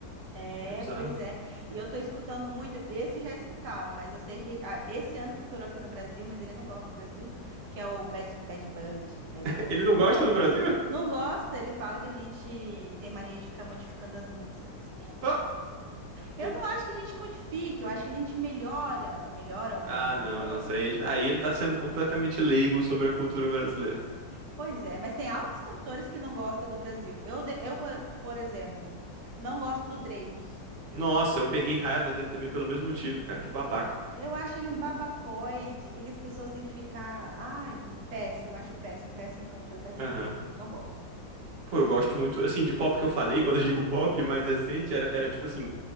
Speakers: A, on the right (about 70°); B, on the right (about 50°).
A: É,
B: É bizarro.
A: pois é. E eu tô escutando muito. Esse já escutava, mas eu sei que ah, esse ano que estourou aqui no Brasil, mas ele não gosta do Brasil, que é o Bad Bad Bud, Bad
B: <laughs>
A: Bud.
B: Ele não
A: Co-
B: gosta do Brasil?
A: Não gosta, ele fala que a gente tem mania de ficar modificando as músicas.
B: Ó,
A: Eu
B: e-
A: não acho que a gente modifique, eu acho que a gente melhora, melhora algumas,
B: Ah, não,
A: né?
B: nossa, aí ele, tá- aí ele tá sendo completamente leigo sobre a cultura brasileira.
A: Pois é, mas tem altos cantores que não gostam do Brasil. Eu, de- eu por, por exemplo, não gosto do Drake.
B: Nossa, eu peguei raiva dele também pelo mesmo motivo, cara, que babaca.
A: Eu acho ele um babacoide. que que as pessoas têm que ficar? Ai, péssimo, acho péssimo, péssimo cantor, péssimo
B: Aham.
A: tudo. Não gosto.
B: Pô, eu gosto muito, assim, de pop que eu falei, quando eu digo pop, mais recente, era, era tipo assim,